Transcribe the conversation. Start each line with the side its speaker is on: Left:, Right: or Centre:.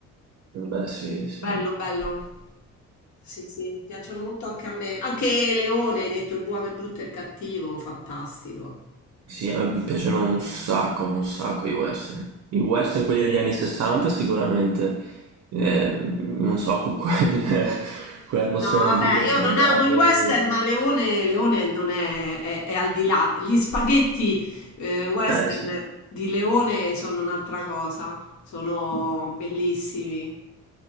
Right: Beh, sì, sì.
Left: Bello, bello. Sì, sì, piacciono molto anche a me. Anche Leone, hai detto il buono, il brutto e il cattivo, fantastico.
Right: Sì, eh, mi piacciono un sacco, un sacco i western. I western, quelli degli anni 60 sicuramente. Eh, non so, con quelle- <laughs> quell'atmosfera
Left: No, vabbè,
Right: lì dei
Left: io
Right: cowboy.
Left: non amo i western, ma Leone, Leone non è, è- è al di là. Gli spaghetti eh, western
Right: Eh sì.
Left: di Leone sono un'altra cosa, sono bellissimi.